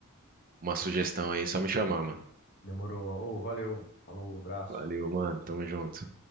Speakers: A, on the right (about 40°); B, on the left (about 50°).
A: uma sugestão aí, só me chamar, mano.
B: Demorou. Ô, valeu. Falou, abraço.
A: Valeu, mano. Tamo junto.